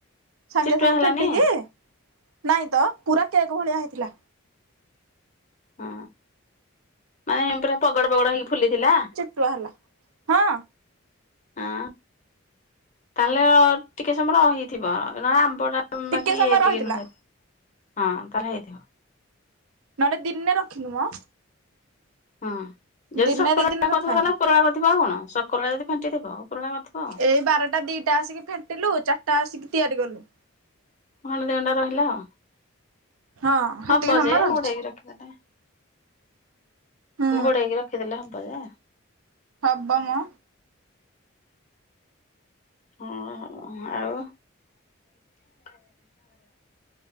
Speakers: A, on the right; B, on the left.
A: ସାଙ୍ଗେ
B: ଚିଟୁଆ
A: ସାଙ୍ଗେ
B: ହେଲାନି
A: ଫେଣ୍ଟି କି ନାଇଁ ତ ପୁରା କେକ୍ ଭଳିଆ ହେଇଥିଲା।
B: ହୁଁ ନାଇଁ ପୁରା ପଗଡ ପଗଡ ହେଇକି ଫୁଲିଥିଲା।
A: ତୁଆ ହେଲା ହଁ।
B: ହଁ ତାହେଲେ ଅ ଟିକେ ସମୟ ରହିଥିବ <unintelligible> ଆମ୍ବଟା
A: ଟିକେ
B: ବାକି
A: ସମୟ ରହିଥିଲା
B: ଟିକେ। <unintelligible> ହଁ ତାହେଲେ ହେଇଥିବ।
A: ନହେଲେ ଦିନେ ରଖିନୁମ।
B: ହୁଁ ଯଦି
A: ଦିନେ
B: ସକ୍ର
A: ଦି
B: କରିଥିବ
A: ଦିନ ରଖାହେଇନି
B: ତାହେଲେ ଉପର ବେଳା କରିଥିବ ଆଉ କଣ ଶକ୍ରୋ ଓଳିଆ ଯଦି ଫେଣ୍ଟି ଥିବ ଉପ୍ରୋବେଳା କରିଥିବ ଆଉ।
A: ଏଇ ବାରଟା ଦିଟା ଆସିକି ଫେଣ୍ଟିଲୁ ଚାରଟା ଆସିକି ତିଆରି କଲୁ।
B: ଘଣ୍ଡେ ଦି ଘଣ୍ଟା ରହିଲା ଆଉ
A: ହଁ ସେତିକି
B: ହବ
A: ସମୟ
B: ଯେ
A: ରହୁଛି
B: ଘୋଡ଼େଇକି ର ଖି ଦେଲେ
A: ହୁଁ
B: ଘୋଡେଇକି ରଖିଦେଲେ ହବ ଯେ।
A: ହବମ।
B: ହଁ ହବ ଆଉ। <unintelligible>